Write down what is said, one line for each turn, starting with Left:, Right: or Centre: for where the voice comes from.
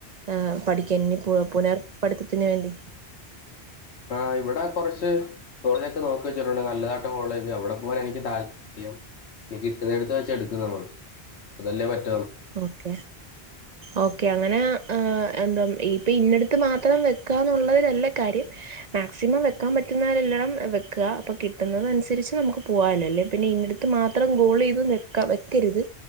Right: ആഹ് പഠിക്കാൻ ഇനി പുനർ പഠിത്തത്തിന് വേണ്ടി
Left: ആഹ് ഇവിടെ കുറച്ച് കോളേജൊക്കെ നോക്കി വെച്ചിട്ടുണ്ട് നല്ലതാട്ട കോളേജ് അവിടെ പോകാൻ എനിക്ക് താല്പര്യം ഇനി കിട്ടുന്നടുത്ത് വെച്ച് എടുക്കും നമ്മള് അതല്ലേ പറ്റു
Right: ഓക്കെ ഓക്കെ അങ്ങനെ എന്താ ഇപ്പൊ ഇന്നടുത്ത് മാത്രം വെക്കാന്നുള്ളതിലല്ല കാര്യം മാക്സിമം വെക്കാൻ പറ്റുന്നവരെല്ലണം വെക്കുക അപ്പോൾ കിട്ടുന്നത് അനുസരിച്ച് നമുക്ക് പോകമല്ലോ അല്ലേ പിന്നെ ഇന്നടുത്ത് മാത്രം അത്രം ഗോൾ ചെയ്ത് വെക്കാ വെക്കരുത്